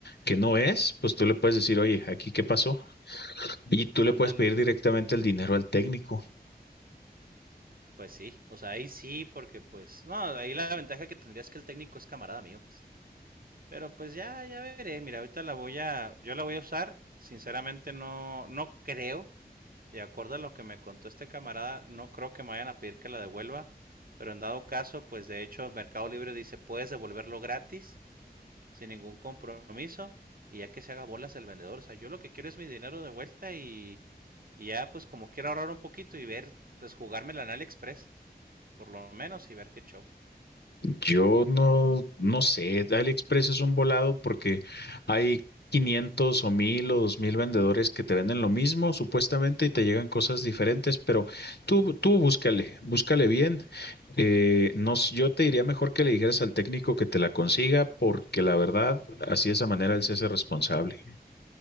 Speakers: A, on the left; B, on the right.
A: que no es, pues tú le puedes decir, oye, aquí qué pasó. Y tú le
B: Ándale.
A: puedes pedir directamente el dinero al técnico.
B: Pues sí. O sea, ahí sí, porque pues. No, ahí la ventaja que tendría es que el técnico es camarada mío, pues. Pero pues ya, ya veré. Mira, ahorita la voy a, yo la voy a usar. Sinceramente no, no creo. De acuerdo a lo que me contó este camarada, no creo que me vayan a pedir que la devuelva. Pero en dado caso, pues de hecho Mercado Libre dice, puedes devolverlo gratis, sin ningún compromiso. Y ya que se haga bolas el vendedor. O sea, yo lo que quiero es mi dinero de vuelta y, y ya pues como quiero ahorrar un poquito y ver, pues jugármela en AliExpress, por lo menos, y ver qué show.
A: Yo no, no sé, AliExpress es un volado porque hay 500 o 1000 o 2000 vendedores que te venden lo mismo supuestamente y te llegan cosas diferentes, pero tú, tú búscale, búscale bien. Eh, no, s- yo te diría mejor que le dijeras al técnico que te la consiga porque la verdad, así de esa manera él se hace responsable.